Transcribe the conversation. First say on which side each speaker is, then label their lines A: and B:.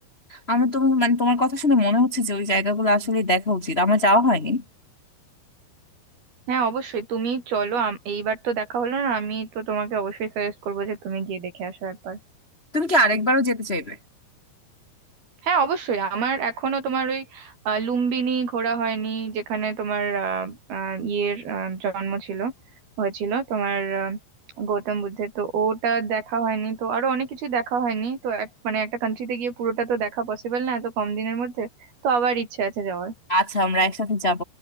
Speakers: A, on the left (about 85°); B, on the right (about 65°).
A: আমি তো মানে তোমার কথা শুনে মনে হচ্ছে যে ওই জায়গাগুলো আসলে দেখা উচিত আমার যাওয়া হয়নি
B: হ্যাঁ অবশ্যই তুমি চলো আম- এইবার তো দেখা হলো না আমি তো তোমাকে অবশ্যই সাজেস্ট করবো যে তুমি গিয়ে দেখে আসো একবার
A: তুমি কি আরেকবারও যেতে চাইবে
B: হ্যাঁ অবশ্যই আমার এখনো তোমার ওই আহ, লুম্বিনী ঘোরা হয়নি যেখানে তোমার আহ, আহ, ইয়ের আহ, জন্ম ছিল হয়েছিল তোমার আহ, গৌতম বুদ্ধের তো ওটা দেখা হয়নি তো আরো অনেক কিছু দেখা হয়নি তো এক- মানে একটা কান্ট্রিতে গিয়ে পুরোটা তো দেখা পসিবল না এত কম দিনের মধ্যে তো আবার ইচ্ছে আছে যাওয়ার
A: আচ্ছা আমরা একসাথে যাব